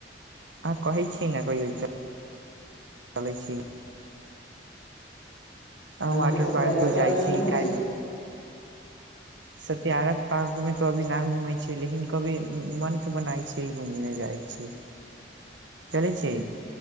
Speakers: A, on the right; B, on the left.
A: आ कहै छियै ने कयौ चलय छी अ
B: अहाँके
A: वाटर
B: सत्याग्रह
A: पार्क तऽ जाइ
B: मे
A: छी
B: घूमे
A: क सत्यारथ पार्कमे तऽ अभी न घूमै छियै लेकिन कभी मन त बनाइ छै घूमने जाइ छी चलै छी